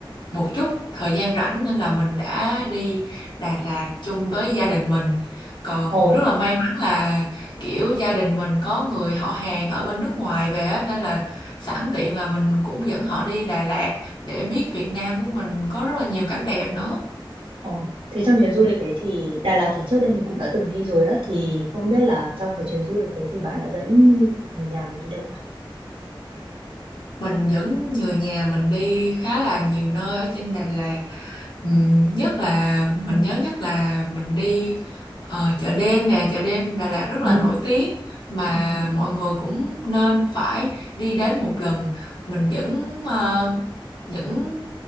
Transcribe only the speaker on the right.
Ồ,
Ồ, thế trong chuyến du lịch đấy thì Đà Lạt thì trước đây mình cũng đã từng đi rồi á, thì không biết là trong cái chuyến du lịch đấy thì bạn đã dẫn người nhà mình đi đâu nhỉ?
ừ,
ừ,